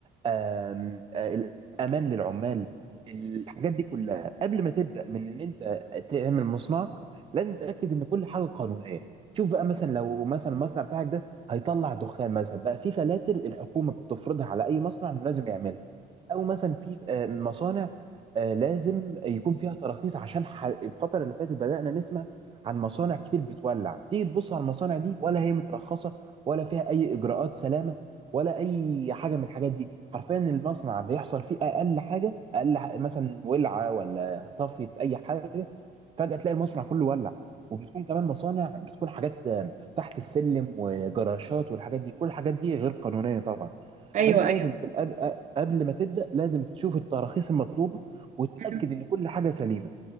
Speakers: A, on the right; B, on the right.
A: آم، آه، الامان للعمال الحاجات دي كلها قبل ما تبدا من ان انت تعمل مصنعك لازم تتاكد ان كل حاجه قانونيه شوف بقى مثلا لو مثلا المصنع بتاعك ده هيطلع دخان مثلا بقى في فلاتر الحكومه بتفرضها على اي مصنع انه لازم يعملها او مثلا في آه، مصانع آه، لازم يكون فيها تراخيص عشان ح- الفتره اللي فاتت بدانا نسمع عن مصانع كتير بتولع تيجي تبص على المصانع دي ولا هي مترخصه ولا فيها اي اجراءات سلامه ولا اي حاجه من الحاجات دي حرفيا المصنع بيحصل فيه اقل حاجه اقل ح- مثلا ولعه ولا طفت اي حاجه فجاه تلاقي المصنع كله ولع وبتكون كمان مصانع بتكون حاجات آه، تحت السلم وجراشات والحاجات دي كل الحاجات دي غير قانونيه طبعا
B: ايوه
A: فانت لازم
B: ايوه
A: في الأب... قبل ما تبدا لازم تشوف التراخيص المطلوبه وتتاكد
B: م.
A: ان كل حاجه سليمه